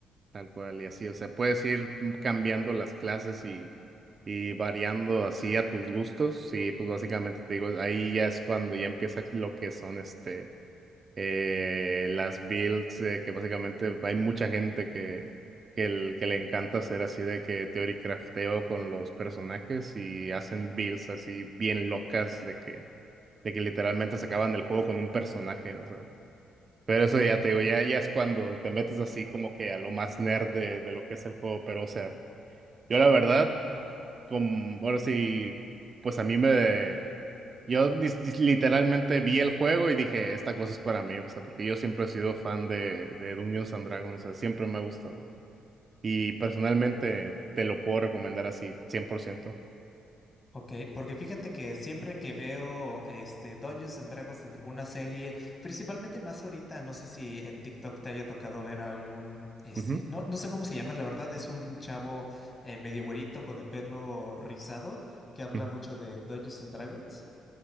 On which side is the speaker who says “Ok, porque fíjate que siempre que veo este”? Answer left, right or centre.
Left